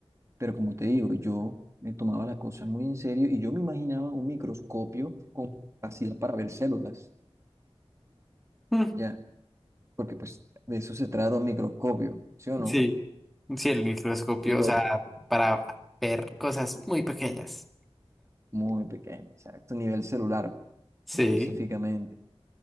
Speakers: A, on the right; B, in the centre.
A: Pero como te digo, yo me tomaba las cosas muy en serio y yo me imaginaba un microscopio con capacidad para ver células,
B: Mm,
A: ya, porque pues de eso se trata un microscopio, ¿sí o no?
B: sí, sí, el microscopio,
A: Lo
B: o sea, para ver cosas muy pequeñas.
A: muy pequeño, exacto, nivel celular
B: Sí,
A: específicamente.